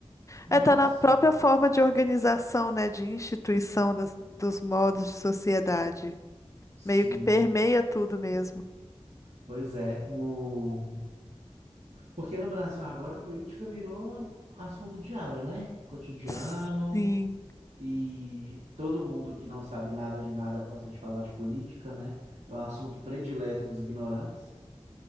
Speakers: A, on the right; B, on the left.
A: Nossa,
B: É, tá na própria forma de organização, né, de instituição das- dos modos de sociedade.
A: sim.
B: Meio que permeia tudo mesmo.
A: Pois é, o... porque no Brasil agora a política virou assunto diário, né? Cotidiano,
B: Sim,
A: e todo mundo que não sabe nada de nada gosta de falar de política, né? É um assunto predileto dos ignorantes.